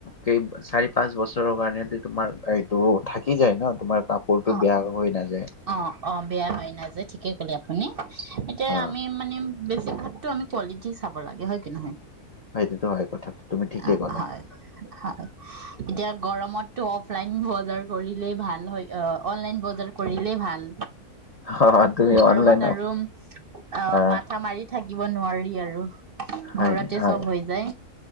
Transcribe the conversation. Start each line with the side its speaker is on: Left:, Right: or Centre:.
Left: কেই চাৰি পাঁচ বছৰৰ কাৰণো তোমাৰ এইটো থাকি যায় ন তোমাৰ? কাপোৰটো
Right: অ
Left: বেয়া হৈ নাযায়।
Right: অ অ বেয়া হয় নাই যে ঠিকে কলে আপুনি? যে
Left: অ
Right: আমি মানে। বেছি ভাগতো আমি কোৱালিটি চাব লাগে হয় কি নহয়?
Left: সেইটোতো হয় কথাটো তুমি ঠিকেই
Right: অ
Left: ক'লা
Right: হয়, হয় এতিয়া গৰমত টো অফলাইন বজাৰ কৰিলেই ভাল হয়। অ অনলাইন বজাৰ কৰিলেই ভাল।
Left: অ তুমি
Right: গৰমত
Left: অনলাইন
Right: আৰু অ
Left: হয়
Right: মাথা মাৰি থাক থাকিব নোৱাৰি আৰু
Left: হয়
Right: ঘৰতে
Left: নে হয়,
Right: চব হৈ যায়